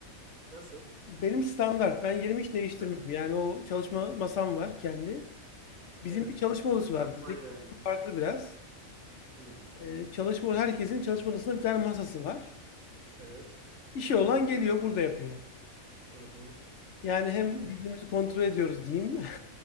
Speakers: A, on the right; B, on the left.
A: Nasıl?
B: Benim standart. Ben yerimi hiç değiştirmedim.
A: Ha?
B: Yani o çalışma masam var kendi. Bizim
A: Evet.
B: bir çalışma odası
A: E, tam
B: var. Bizdeki
A: yani.
B: farklı biraz.
A: Hmm.
B: Ee, çalışma herkesin çalışma odasında bir tane masası var.
A: Evet.
B: İşi olan geliyor burada yapıyor.
A: Hı hı.
B: Yani hem
A: An-
B: birbirimizi kontrol ediyoruz diyeyim.